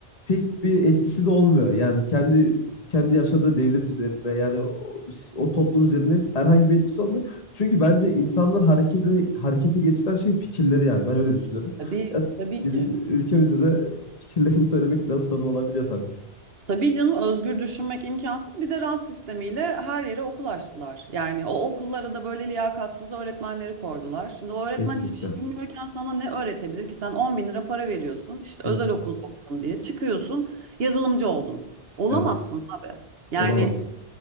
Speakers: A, on the left; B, on the right.
A: pek bir etkisi de olmuyor. Yani kendi kendi yaşadığı devlet üzerinde yani o, o toplum üzerinde herhangi bir etkisi olmuyor. Çünkü bence insanlar harekete harekete geçiren şey fikirleri yani ben öyle düşünüyorum.
B: Tabii,
A: Ya
B: tabii
A: bizim
B: ki.
A: ülkemizde de fikirlerini <laughs> söylemek biraz sorun olabiliyor tabii.
B: Tabii canım özgür düşünmek imkansız. Bir de rant sistemiyle her yere okul açtılar. Yani o okullara da böyle liyakatsız öğretmenleri koydular. Şimdi o öğretmen
A: Kesinlikle.
B: hiçbir şey bilmiyorken sana ne öğretebilir ki? Sen 10 bin lira para veriyorsun. işte
A: Hı
B: özel
A: hı.
B: okulda okudum diye çıkıyorsun yazılımcı oldun. Olamazsın
A: Evet.
B: abi. Yani
A: Olamaz.